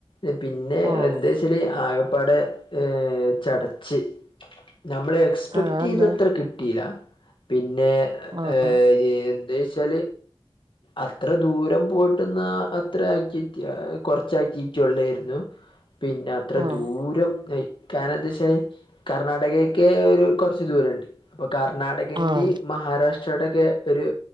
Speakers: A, on the left; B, on the right.
A: എ പിന്നെ
B: ആഹ്
A: എന്താ ആകപ്പാടെ ചടച്ച് നമ്മൾ. എക്സ്പെക്ട്
B: ഏഹ് അതെന്തേ
A: ചെയ്ത്ര കിട്ടിയില്ല പിന്നെ
B: ആഹ്
A: ആ എന്താ വെച്ചാൽ അത്ര ദൂരം പോയിട്ടുന്നാ അത്ര ആക്ടിവിറ്റി ആ കുറച്ച് ആക്ടിവിറ്റി ഉള്ളായിരുന്നു പിന്നെ അത്ര
B: ആഹ്
A: ദൂരം കാന എന്താച്ചേല്. കർണാടകൊക്കെ ഒരു കുറച്ച് ദൂരംഉണ്ട് അപ്പൊ കർണാടക്ന്റെ
B: ആഹ്
A: മഹാരാഷ്ട്രയുടെൊക്കെ ഒരു